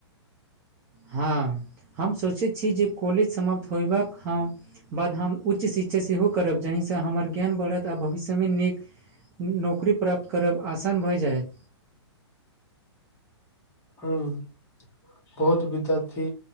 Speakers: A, on the right (about 15°); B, on the left (about 15°).
A: हँ हम सोचैत छी जे कॉलेज समाप्त होयबाक हम बाद हम उच्च शिक्षा सेहो करब जाहिसँ हमर ज्ञान बढ़त आ भविष्यमे नीक। नौकरी प्राप्त करब आसान भऽ जायत।
B: हु <inaudible> बहुत विद्यार्थी